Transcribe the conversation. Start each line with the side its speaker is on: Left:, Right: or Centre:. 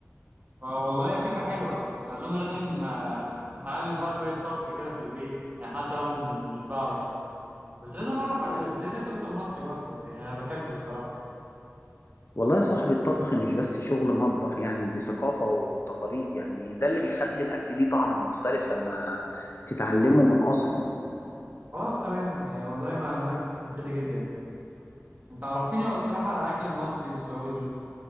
Right: آه، والله فكره حلوه اظن لازم آه، اتعلم بقى شويه طبخ كده في البيت يعني حتى لو مش بعرف بس لازم اعرف اساسيات الطبخ المصري برضه يعني انا بحبه الصراحه
Left: والله يا صاحبي الطبخ مش بس شغل مطبخ يعني دي ثقافة وتقاليد يعني ده اللي بيخلي الأكل ليه طعم مختلف لما تتعلمه من أصله
Right: خلاص تمام يعني والله معلومات مفيده جدا انت عرفتني الصراحه على الاكل المصري والسعودي